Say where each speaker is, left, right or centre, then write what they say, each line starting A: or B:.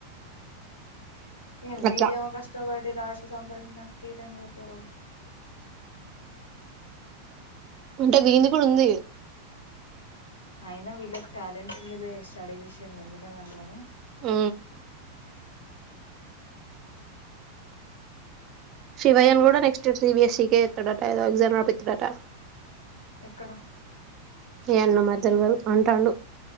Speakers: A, on the left; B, on the right.
A: ఏ వీడేవొ
B: అట్లా
A: కష్టపడి రాస్ సంపాదించినటు ఫీల్ అయినపురొ
B: ఉంటే దీన్ది కూడా ఉంది.
A: అయినా వీళ్ళకి టాలెంట్ ఉందిలే స్టడీ విషయంలో ఎందుకని అనగానె
B: ఉ శివయన్
A: ఇంగా
B: కూడా నెస్ట్ ఇయర్ సీబీఎస్సి కే ఎత్తాడట దా ఎగ్జామ్ రాపిత్తాడట
A: ఎక్కడ
B: ఏ అన్న మ తెలివదు అంటాడు